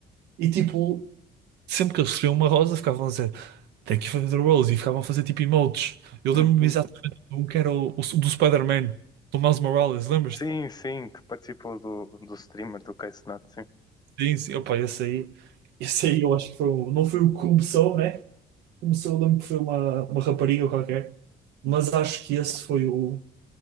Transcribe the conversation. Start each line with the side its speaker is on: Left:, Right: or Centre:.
Right: E tipo, sempre que eles recebiam uma rosa, ficavam a dizer Thank you for the rose, e ficavam a fazer tipo emotes. Eu
Left: Uhum.
Right: lembro-me exatamente de um que era o, o do Spider-Man, do Miles Morales, lembras-te?
Left: Sim, sim, que participou do, do streamer do Case Not, sim.
Right: Sim, sim, opa, esse aí, esse aí eu acho que foi, o- não foi o que começou, né? Começou, eu lembro que foi uma, uma rapariga qualquer, mas acho que esse foi o,